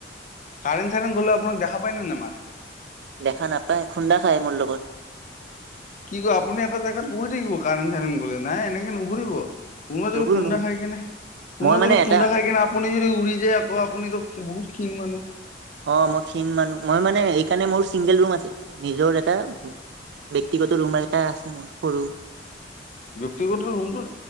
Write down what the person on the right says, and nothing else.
দেখা নাপায়। খুন্দা খাই মোৰ লগত।
নুঘুৰো
নুঘুৰো
মই মানে
এটা
অ', মই ক্ষীণ মানুহ, মই মানে এই কাৰণে মোৰ চিংগল ৰুম আছে। নিজৰ এটা ব্যক্তিগত ৰুমো এটা আছে মোৰ সৰু।